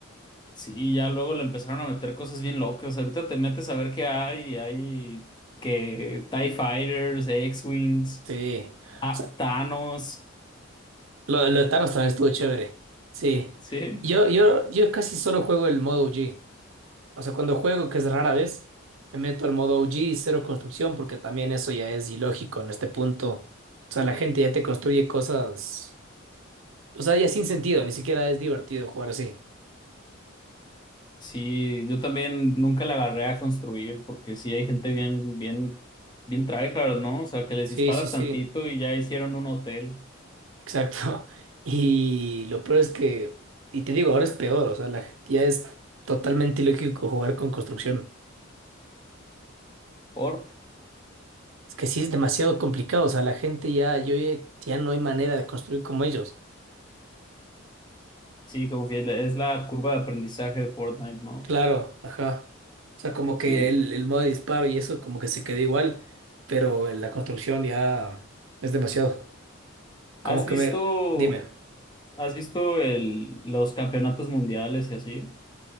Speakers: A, on the left; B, on the right.
A: sí, ya luego le empezaron a meter cosas bien locas. Ahorita te metes a ver qué hay, y hay que TIE Fighters, X-Wings,
B: Sí.
A: Ta-
B: O
A: Thanos,
B: Lo, lo de Thanos también estuvo chévere. Sí.
A: sí.
B: Yo, yo, yo casi solo juego el modo O g O sea, cuando juego, que es rara vez, me meto al modo O g y cero construcción, porque también eso ya es ilógico en este punto. O sea, la gente ya te construye cosas. O sea, ya sin sentido, ni siquiera es divertido jugar así.
A: Sí, yo también nunca la agarré a construir porque sí hay gente bien, bien, bien tryhard, ¿no? O sea, que les
B: Sí,
A: disparas
B: sí, sí.
A: tantito y ya hicieron un hotel.
B: Exacto. <laughs> Y lo peor es que. Y te digo, ahora es peor. O sea, la- ya es totalmente ilógico jugar con construcción.
A: Por,
B: Es que sí es demasiado complicado, o sea, la gente ya, yo ya ya no hay manera de construir como ellos.
A: sí, como que es la curva de aprendizaje de Fortnite, ¿no?
B: Claro, ajá. O sea, como
A: Sí.
B: que el, el modo de disparo y eso como que se quedó igual, pero en la construcción ya es demasiado. Como
A: ¿Has
B: que
A: visto,
B: me, dime.
A: has visto el, los campeonatos mundiales y así?